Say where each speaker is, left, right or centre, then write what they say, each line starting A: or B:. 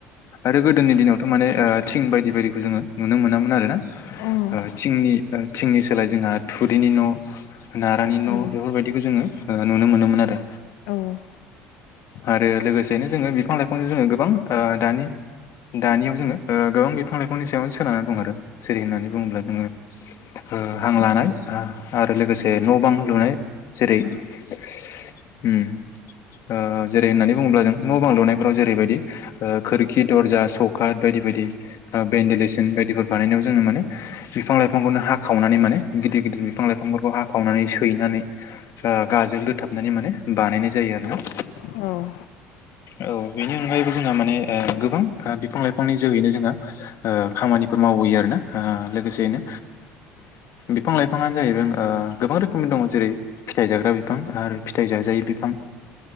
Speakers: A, on the left; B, on the left.
A: आरो गोदोनि दिनावथ' माने थिं बायदि बायदिखौ जोङो नुनो मोनामोन आरो ना
B: उम
A: थिंनि थिंनि सोलाय जोंहा थुरिनि न' नारानि
B: उम
A: न' बेफोरबायदिखौ जोङो नुनो मोनोमोन आरो
B: औ
A: आरो लोगोसेनो जोङो बिफां लाइफांजों जोङो गोबां दानि दानियाव जोङो गोबां बिफां लाइफांनि सायावनो सोनारनानै दं आरो सिरि होननानै बुङोब्ला जोङो हां लानाय आरो लोगोसे न' बां लुनाय जेरै उम ओ जेरै होननानै बुङोब्ला जों न' बां लुनायफोराव जेरैबायदि खोरखि दरजा सखा बायदि बायदि भेनदेलेसन बानायनायाव जोो माने बिफां लाइफांखौनो हाख खावनानै माने गिदिर गिदिर बिफां लाइफांफोरखौ खावनानै सैनानै गाजोल दोथाबनानै माने बानायनाय जायो आरो ना
B: औ
A: औ बेनि अनगायैबो जोंहा माने गोबां बिफां लाइफांनि जोहैनो जोंहा खामानिफोर मावो मावयो आरोना लोगोसेयैनो बिफां लाइफाङानो जाहैदों गोबां रोखोमनि दङ जेरै फिथाइ जाग्रा बिफां आरो फिथाइ जाजायै बिफां